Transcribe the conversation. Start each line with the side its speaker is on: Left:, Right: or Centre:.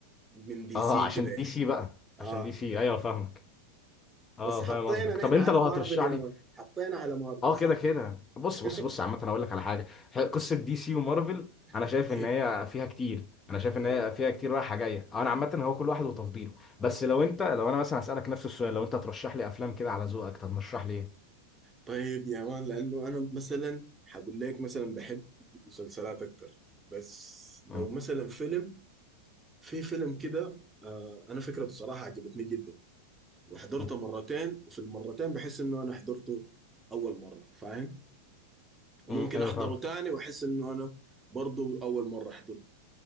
Right: من دي
Left: اه
Right: سي
Left: عشان
Right: كده يعني
Left: دي سي بقى
Right: اه
Left: عشان دي سي ايوه فاهمك اه
Right: بس حطينا
Left: فاهم قصدك
Right: نحن
Left: طب انت
Right: على
Left: لو
Right: مارفل
Left: هترشح
Right: يا
Left: لي
Right: مان حطينا على مارفل
Left: اه
Right: صح
Left: كده كده بص
Right: <laughs>
Left: بص بص عامة انا اقول لك على حاجة ح- قصة دي سي ومارفل انا شايف
Right: اوكي
Left: ان هي فيها كتير انا شايف ان
Right: اه
Left: هي فيها كتير رايحة جاية أه، انا عامة هو كل واحد وتفضيله بس لو انت لو انا مثلا هسألك نفس السؤال لو انت ترشح لي افلام كده على ذوقك ترشح لي ايه؟
Right: طيب يا مان لانه انا مثلا حقول لك مثلا بحب مسلسلات اكتر بس لو
Left: امم
Right: مثلا فيلم في فيلم كده آه انا فكرته صراحة عجبتني جدا وحضرته
Left: امم
Right: مرتين وفي المرتين بحس انه انا حضرته اول مره فاهم وممكن
Left: امم، ايوه
Right: احضره
Left: فاهم
Right: تاني واحس انه انا برضه اول مره حضرته